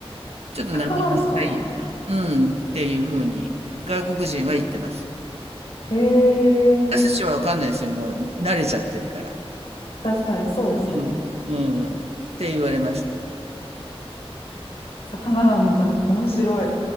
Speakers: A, on the right; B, on the left.
A: ちょっと生臭いような、
B: 魚ですか
A: うん、っていうふうに、外国人は言ってます。
B: え
A: 私たちはわかんないですよ。
B: え、
A: もう慣れちゃってるから。
B: 確かにそうですよね。
A: うん、うん、って言われましたよ。
B: 魚なんだ。面白い。